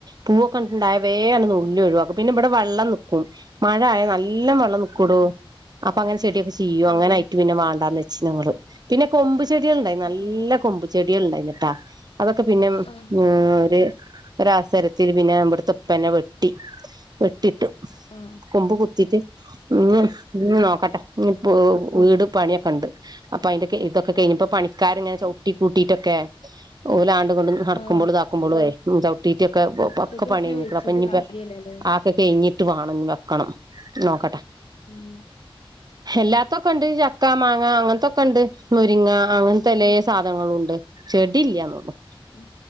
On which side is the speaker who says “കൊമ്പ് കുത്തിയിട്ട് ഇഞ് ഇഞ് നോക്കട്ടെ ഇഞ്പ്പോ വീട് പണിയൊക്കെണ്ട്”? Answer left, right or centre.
Right